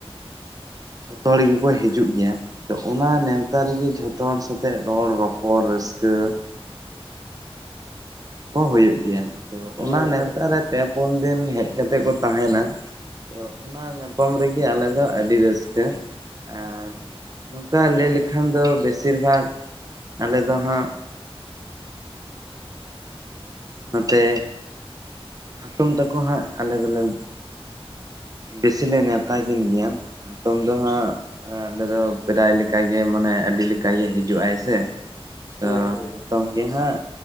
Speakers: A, on the right; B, on the left.
A: ᱡᱷᱚᱛᱚ ᱦᱚᱲ ᱜᱮᱠᱚ ᱦᱤᱡᱩᱜ ᱜᱮᱭᱟ ᱛᱚ ᱚᱱᱟ ᱱᱮᱣᱛᱟ ᱨᱮᱜᱮ ᱡᱷᱚᱛᱚ ᱦᱚᱲ ᱥᱟᱛᱮᱜ ᱨᱚᱲ ᱨᱚᱯᱚᱲ ᱨᱟᱹᱥᱠᱟᱹ ᱦᱮᱸ <unintelligible> ᱠᱚ ᱦᱩᱭᱩᱜ ᱜᱮᱭᱟ ᱛᱳ ᱚᱱᱟ
B: ᱦᱳᱭ
A: ᱱᱮᱣᱛᱟᱨᱮ ᱯᱮ ᱯᱩᱱ ᱫᱤᱱ ᱦᱮᱡ ᱠᱟᱛᱮᱜ ᱠᱚ ᱛᱟᱦᱮᱸᱱᱟ ᱛᱚ ᱚᱱᱟ ᱧᱟᱯᱟᱢ ᱨᱮᱜᱮ ᱟᱞᱮ ᱫᱚ ᱟᱹᱰᱤ ᱨᱟᱹᱥᱠᱟᱹ ᱟᱨ ᱱᱚᱝᱠᱟ ᱞᱟᱹᱭ ᱞᱮᱠᱷᱟᱱ ᱫᱚ ᱵᱮᱥᱤᱨ ᱵᱷᱟᱜ ᱟᱞᱮ ᱫᱚ ᱦᱟᱸᱜ ᱱᱚᱛᱮ ᱦᱟᱛᱚᱢ ᱛᱟᱠᱚ ᱦᱟᱸᱜ ᱟᱞᱟᱜᱽ ᱟᱞᱟᱜᱽ ᱵᱮᱥᱤ ᱞᱮ ᱱᱮᱶᱛᱟ ᱠᱤᱱ ᱜᱮᱭᱟ ᱦᱟᱛᱚᱢ ᱫᱚ ᱦᱟᱸᱜ ᱟᱞᱮ ᱫᱚ ᱯᱨᱟᱭ ᱞᱮᱠᱟᱜᱮ ᱢᱟᱱᱮ ᱟᱹᱰᱤ ᱞᱮᱠᱟᱜᱮ ᱦᱤᱡᱩᱜᱟᱭ ᱥᱮ ᱛᱚ
B: ᱦᱳᱭ ᱦᱳᱭ
A: ᱱᱤᱛᱚᱝ ᱜᱮ ᱦᱟᱸᱜ